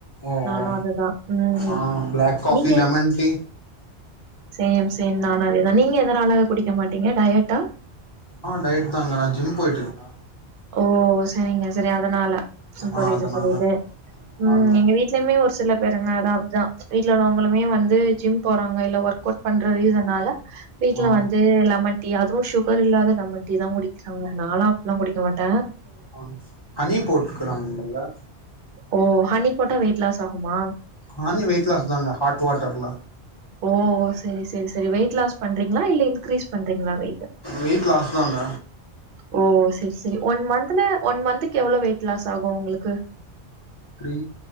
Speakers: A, on the left; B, on the right.
A: ஓ
B: நானு
A: ஓ
B: அதுதா ம்
A: ஆஹ் பிளாக் காஃபி
B: நீங்க
A: லெமன் டீ
B: சேம் சேம் நானு அதேதா நீங்க எதனால குடிக்க மாட்டீங்க டைய்ட்டா
A: ஆஹ் டயட் தாங்க நா ஜிம் போயிட்டு இருக்கே
B: ஓ செரிங்க செரி அதனால புரியுது
A: ஆ அதனால
B: புரியுது உம்
A: ஆங்க
B: எங்க வீட்லயுமே ஒரு சில பேருக்குங்கதா வீட்டுல உள்ளவங்களுமே வந்து ஜிம் போறாங் இல்ல ஒர்க் அவுட் பண்ற ரீசணல வீட்டு்ல
A: ஆ
B: வந்து லெமன் டீ அதுவும் சுகர் இல்லாத லெமன் டீ தா குடிப்ப அவ நாளா அப்பலா குடிக்க மாட்
A: ஆஹ் ஹனி போட்டுக்குறாங்களா
B: ஓ ஹனி போட்டா வெயிட் லாஸ் ஆகுமா
A: ஹானி வெயிட் லாஸ் தாங்க ஹாட் வாட்டர்ல
B: ஓ ஓ செரி செரி செரி வெயிட் லாஸ் பண்றீங்களா இல்ல கிரிஸ் பண்றீங்களா வெயிட்ட
A: வெயிட் லாஸ் தாங்க
B: ஓ சிக் ஒன் மன்த்ல ஒன் மன்த்கு எவ்ளோ வெயிட் லாஸ் ஆகு உங்களுக்கு
A: த்ரி